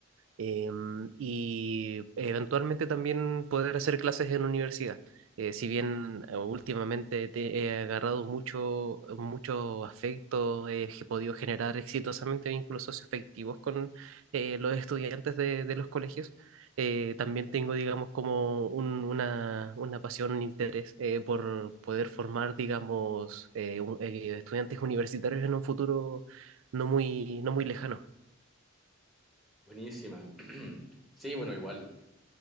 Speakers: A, on the right; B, in the centre.
A: eh, y eventualmente también poder hacer clases en universidad. Eh, si bien eh, últimamente te he agarrado mucho, mucho afecto, eh, he podido generar exitosamente vínculos socioafectivos con eh, los estudiantes de, de los colegios, eh, también tengo, digamos, como un- una, una pasión, un interés eh, por poder formar, digamos, eh, un- eh, estudiantes universitarios en un futuro no muy, no muy lejano.
B: Buenísima. <clears throat> Sí, bueno, igual.